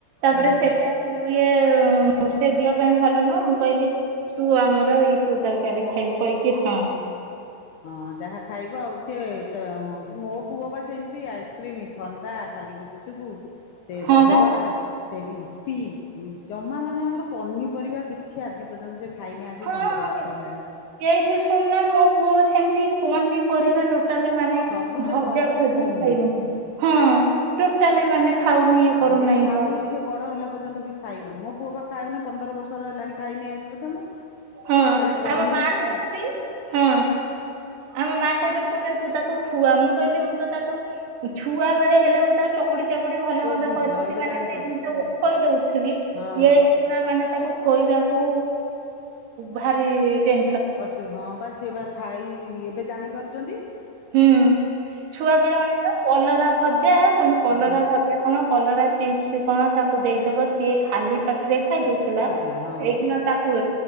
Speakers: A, on the right; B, on the left.
A: ତାପରେ
B: ହଁ।
A: ସେଇଟା ତ ଇଏ ସେ ଦିଅ ପାଇଁ ଭଲ ନୁହଁ ମୁଁ କହିଲି ତୁ ଆମର ଇ ତୁ ତରକାରୀ ଖାଇବୁ କହିଛି ହଁ
B: ହଁ ଯାହା ଖାଇବ ଆଉ ସିଏ ହଉଛି ମୋ ପୁଅ ବାସ ଏମିତି ଆଇସ୍କ୍ରିମ୍ ଥଣ୍ଡା ଖାଲି ଗୁ ଚୁବୁ ସେ
A: ହଁ
B: ଦହିବରା
A: ବା
B: ସେ ଇପି ଜମା ମାନେ ଆମର ପନିପରିବା କିଛି ଆଜି ପର୍ଯ୍ୟନ୍ତ ସେ ଖାଇନି ଆଜି
A: ହଁ
B: ପନ୍ଦର ବର୍ଷ ହେଲାଣି
A: ଏଇଠି ଶୁଣୁନା ମୋ ପୁଅ ବା ସେମତି ପନିପରିବା ଟୋ ଟା ମାନେ
B: ସବୁଜ
A: ଭଜା
B: ପରିବା
A: ଭଜି
B: ଛୁଉଁନି।
A: ଖାଇବନି ହଁ ଟୋଟା ମାନେ ଖାଉନି କରୁନାହିଁ
B: ହଁ ଯିଏ ଖାଉନି
A: ତ
B: ସିଏ ବଡ ହେଲା ପର୍ଯ୍ୟନ୍ତ ବି ଖାଇବନି ମୋ ପୁଅ ବା ଖାଉନି ପନ୍ଦର ବର୍ଷର ହେଲାଣି ଖାଇନି ଆଜି ପର୍ଯ୍ୟନ୍ତ
A: ହଁ
B: ଖାଲି ପନିର
A: ଆମ ମା
B: ଖାଇବ
A: କହୁଛନ୍ତି ହଁ ଆମ ମା କହୁଛନ୍ତି କହୁଛନ୍ତି ତୁ ତାକୁ ଖୁଆ ମୁଁ କହିଲି ମୁଁ ତ ତାକୁ ଛୁଆ ବେଳେ ହେଲେ ମୁଁ ତାକୁ ଚକୁଡି ତାକୁ ଭଲ
B: କୋଉ
A: ମନ୍ଦ
B: ଦଉଥିଲ
A: କରିକରି
B: ଏବେ
A: ମାନେ
B: ଜାଣିପାରୁଛି
A: ସେଇ ଜିନିଷ ଖୋଇ ଦଉଥିଲି।
B: ହଁ
A: ଏଇ ପଣା ମାନେ ତାକୁ ଖୋଇବାକୁ ଭାରି ଟେ
B: ଅସ ହଁ ବା ସେ ବା ଖାଇ ଏବେ ଜାଣି ପାରୁଛନ୍ତି।
A: ହୁଁ ଛୁଆ ବେଳେ ଅନେଇଲ କଲରା ଭଜା ତମେ କଲରା
B: ହଁ।
A: ଭଜା କଣ କଲରା ଚିପ୍ସ କଣ ତାକୁ ଦେଇଦବ ସିଏ ଖାଲି ପାଟି ଦେଖାଇ ଦଉଛି। ଥିଲା
B: ଖାଉଥିଲା ହଁ
A: ଏଇକ ନ ତାକୁ